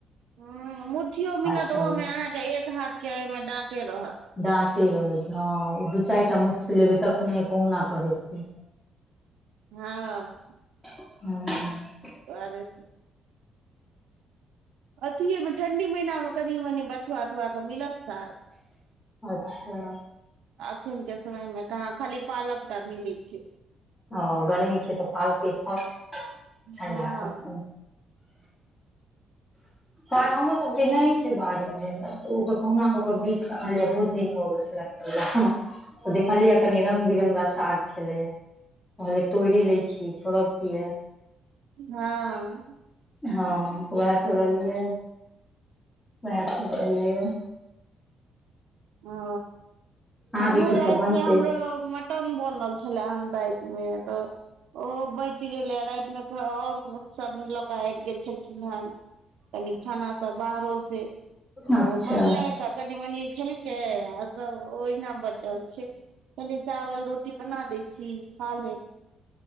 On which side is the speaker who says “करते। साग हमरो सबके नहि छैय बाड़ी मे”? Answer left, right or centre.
Left